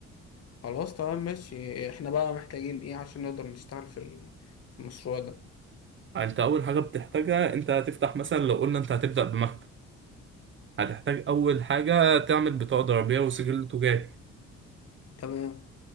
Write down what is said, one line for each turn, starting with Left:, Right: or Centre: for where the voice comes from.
Left: خلاص تمام ماشي احنا بقى محتاجين ايه عشان نقدر نشتغل في ال- في المشروع ده
Right: انت اول حاجة بتحتاجها انت هتفتح مثلا لو قلنا انت هتبدأ بمكتب هتحتاج اول حاجة تعمل بطاقة ضريبية وسجل تجاري
Left: تمام